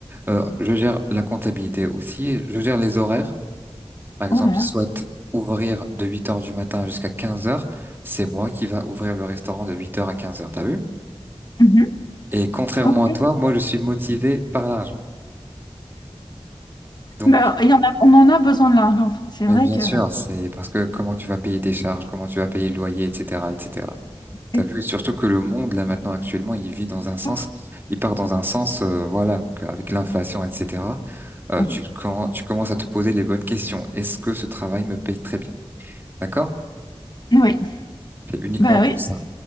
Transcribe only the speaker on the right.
Euh, je gère la comptabilité aussi, je gère les horaires. Par exemple,
il souhaite ouvrir de 8 heures du matin jusqu'à 15 heures. C'est moi qui va ouvrir le restaurant de 8 heures à 15 heures. T'as vu?
Et contrairement
à toi, moi, je suis motivé par l'argent. Donc,
mais
bien
sûr, c'est parce que comment tu vas payer tes charges, comment tu vas payer le loyer, etc., etc. T'as
vu? Surtout que le monde, là, maintenant, actuellement, il vit dans un sens,
il part dans un sens, euh, voilà, donc, avec l'inflation, etc. euh,
tu, com- tu commences à te poser les bonnes questions. Est-ce que ce travail me paye très bien? D'accord?
C'est uniquement
pour
ça.